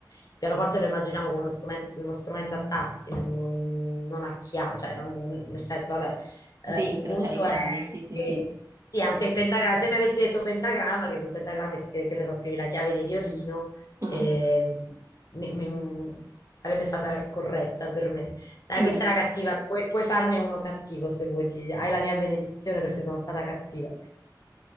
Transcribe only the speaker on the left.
il pianoforte lo immaginiamo come uno strumen- uno strumento, a tasti, non, non a chiavi, cioè non- nel senso, vabbè, eh,
il punto
è
che
sì, anche il pentagramma, se mi avessi detto pentagramma, che sul pentagramma, es- che, che ne so, scrivi la chiave di violino,
ehm, mi- mi- sarebbe stata corretta per me. Dai,
questa era cattiva, puoi, puoi farne uno cattivo se vuoi, ti- hai la mia benedizione perché sono stata cattiva.